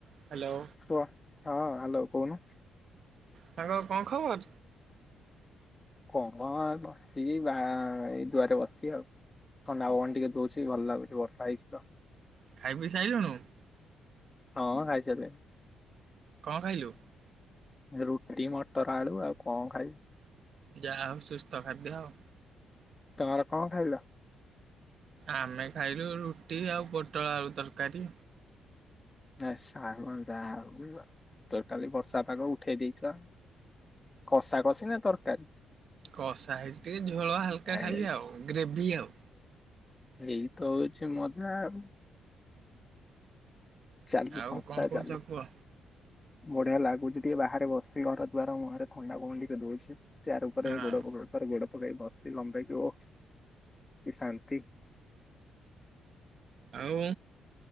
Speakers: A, on the right (about 55°); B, on the left (about 20°).
A: Hello
B: କୁହ ହଁ hello କହୁନ
A: ସାଙ୍ଗ କଣ ଖବର
B: କଣ ବସି ବା ଏଇ ଦୁଆରେ ବସି ଆଉ ଥଣ୍ଡା ପବନ ଟିକେ ଦଉଛି ଭଲ ଲାଗୁଛି ବର୍ଷା ହେଇଛି ତ
A: ଖାଇ ପିଇ ସାରିଲୁଣିୁ
B: ହଁ ଖାଇସାଇଲିଣି
A: କଣ ଖାଇଲୁ
B: ରୁଟି ମଟର ଆଳୁ ଆଉ କଣ ଖାଇବି
A: ଯାହା ହଉ ସୁସ୍ଥ ଖାଦ୍ୟ ଆଉ
B: ତମର କଣ ଖାଇଲ
A: ଆମେ ଖାଇଲୁ ରୁଟି ଆଉ ପୋଟଳ ଆଳୁ ତରକାରୀ
B: ଯାହା ହେଉ ଟୋଟାଲି ବର୍ଷା ପାଗ ଉଠେଇ ଦେଇଛ କଷା କଷି ନା ତରକାରୀ
A: କଷା ହେଇଛି ଟିକେ ଝୋଳ ହାଲକା
B: ଆଇସ୍
A: ଖାଲି ଆଉ ଗ୍ରେଭି ଆଉ
B: ଏଇ ତ ହଉଛି ମଜା ଆଉ ଚାଲୁ
A: ଆଉ
B: ସଂସ୍ଥା
A: କଣ କହୁଛ
B: ଚାଲୁ
A: କୁହ
B: ବଢିଆ ଲାଗୁଛି ଟିକେ ବାହାରେ ବସି ଘର ଦୁଆର ମୁହଁରେ ଥଣ୍ଡା ପବନ ଟିକେ ଦଉଛି ଚାର ଉପରେ
A: ହଁ
B: ଏ ଗୋଡ଼ ଉପରେ ଗୋଡ଼ କେ <unintelligible> ବସିଛି ଲମ୍ବେଇକି ଯଉ କି ଶାନ୍ତି
A: ଆଉ